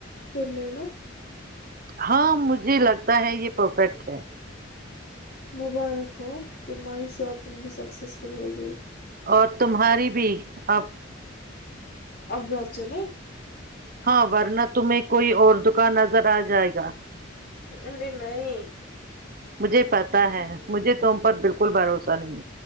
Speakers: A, on the left; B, on the right.
A: ترل ل
B: ہاں مجھے لگتا ہے یہ پرفیکٹ ہے
A: مبارک ہو تمہاری شاپنگ بھی سکسیزفل ہو گئی
B: اور تمہاری بھی اب
A: اب گھر چلے
B: ہاں ورنت تمہیں کوئی اور دکان نظر آ جائے گا
A: ارے نہیں
B: مجھے پتا ہے مجھے تم پر بالکل بھروسہ نہیں